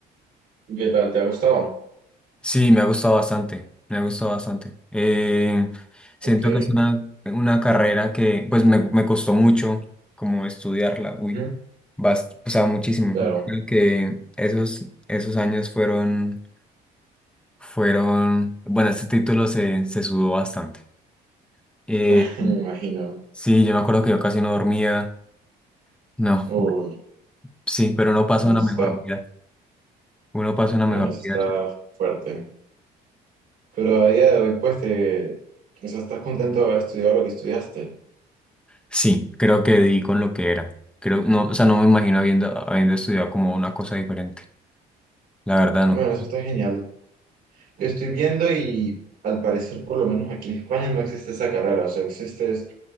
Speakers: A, on the right; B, in the centre.
A: ¿Qué tal? ¿Te ha gustado?
B: Sí, me ha gustado bastante, me ha gustado bastante. Eh, siento
A: Ok.
B: que es una, una carrera que pues me, me costó mucho como estudiarla, uy,
A: ujú,
B: bast- o sea, muchísimo.
A: Claro.
B: Yo Creo que esos, esos años fueron, fueron, bueno, este título se, se sudó bastante. Eh,
A: <laughs> Me imagino.
B: sí, yo me acuerdo que yo casi no dormía, no,
A: Uy,
B: sí, pero uno pasa
A: está,
B: una mejor vida, uno pasa una
A: bueno,
B: mejor
A: eso está
B: vida.
A: fuerte. Pero a día de hoy, pues te, o sea, estás contento de haber estudiado lo que estudiaste.
B: Sí, creo que di con lo que era. Creo, no, o sea, no me imagino habiendo, habiendo estudiado como una cosa diferente. La verdad,
A: Y
B: no.
A: bueno, eso está genial. Yo estoy viendo y al parecer, por lo menos aquí en España, no existe esa carrera. O sea, existe es